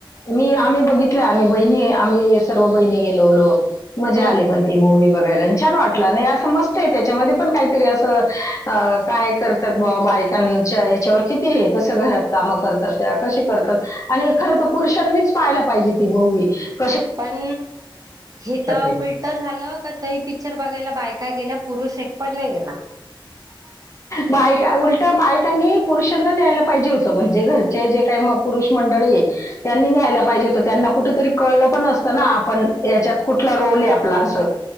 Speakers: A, on the left; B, on the right.
A: मी आम्ही बघितलं आम्ही बहिणी आम्ही सर्व बहिणी गेलो होलो, - मजाली
B: हम्म
A: पण ती मुव्वी बघायला आणि छान वाटत, नाही अस मस्त आहे त्याच्यामध्ये पण काहीतरी अस काय करतात बा बायकांच्या, त्याच्यावर किती कस घरात काम करतात त्या कशी करतात आणि खर तर पुरुषांनीच पाहायला पाहिजे. ह
B: पण हेथ उलट
A: ते
B: झालं का त पिकच्चर, बघायला बायका गेल्या पुरुष एक पट नाही गेला,
A: बाय उलट बायकांनी पुरुषांना न्यायला पाहिजे हो? म्हणजे घरचे जे काही पुरुष मंडळी त्यांनी न्यायला पाहिजे होत त्यांना कुठेतरी कळलं पण असत. तर ना आपण याच्यात कुठला रोल आहे आपला असं